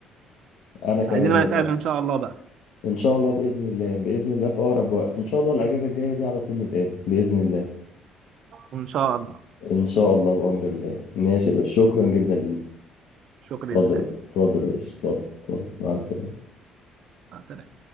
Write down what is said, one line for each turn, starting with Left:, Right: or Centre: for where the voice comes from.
Left: انا كمان
Right: عايزين بقى
Left: والله
Right: نتقابل ان شاء الله بقى
Left: ان شاء الله باذن الله باذن الله في اقرب وقت ان شاء الله الاجازه الجايه دي على طول نتقابل باذن الله
Right: ان شاء الله
Left: ان شاء الله بامر الله ماشي بس شكرا جدا ليك
Right: شكرا
Left: اتفضل
Right: لله
Left: اتفضل يا باشا اتفضل اتفضل مع السلامة
Right: مع السلامة.